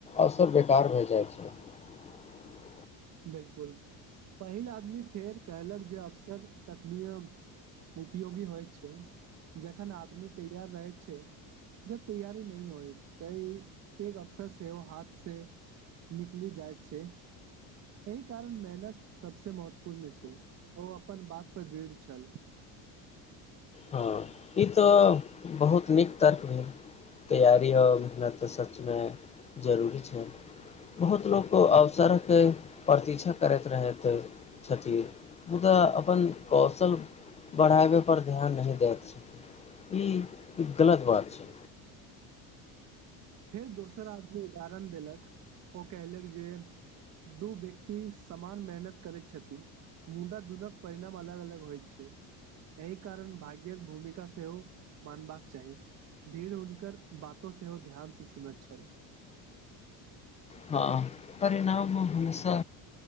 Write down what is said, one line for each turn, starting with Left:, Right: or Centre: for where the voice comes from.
Left: अवसर बेकार भए जाय <inaudible>
Right: बिलकुल पहिल आदमी फेर कहलक जे अवसर तखल उपयोगी होइत छै जखन आदमी तैयार रहै छै जब तैयारी नहि होय ता एक अवसर सेहो हाथसँ निकलि जाइत छै एहि कारण मेहनत सबसे महत्वपूर्ण छै ओ अपन बात पर दृढ़ छल
Left: हँ ई तऽ बहुत नीक तर्क भेल तैयारी आओर मेहनतऽ सचमे जरूरी छै बहुत लोक अवसरके प्रतीक्षा करैत रहैत छथिन मुदा अपन कौशल बढ़ाबैपर ध्यान नहि दैत छथिन ई एक गलत बात छै
Right: फेर दोसर आदमी उदारण देलक ओ कहलक जे दू व्यक्ति समान मेहनत करैत छथि मुदा दुूनक परिणाम अलग अलग होयत छै एहि कारण भाग्य्यक भूमिका सेहो मानबाक चाही भीड़ हुनकर बातो सेहो ध्यान सुन छल
Left: हँ परिणाममे हमेशा